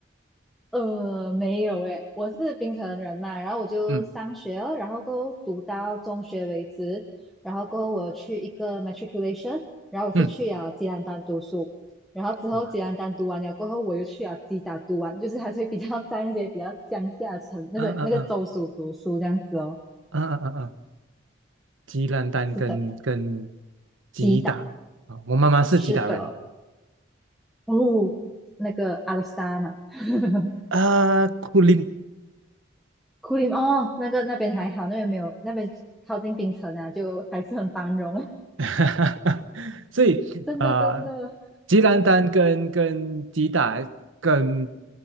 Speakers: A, in the centre; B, on the right (about 80°).
A: 呃没有诶，我是槟城人嘛，然后我就上学了，
B: 嗯
A: 然后过后读到中学为止，然后过后我去一个 matriculation，然后我是去了吉兰丹读书，
B: 嗯，
A: 然后之后吉兰丹读完了过后，
B: 哇，
A: 我又去了吉打读完，就是还是会比较 <laughs> 在那些比较乡下城那个那个州属读书这样子哦。
B: 嗯嗯嗯嗯嗯嗯嗯，吉烂丹跟跟
A: 是的，
B: 吉打
A: 吉打，
B: 啊，我妈妈是吉打人。
A: 是的。哦，那个阿鲁沙嘛，<laughs>
B: 啊，库林
A: 库里哦，那个那边还好，那边没有，那边靠近冰城啊，就还是很繁荣，
B: <laughs> 所以呃，
A: <laughs> 真的真的。
B: 吉兰丹跟跟吉打跟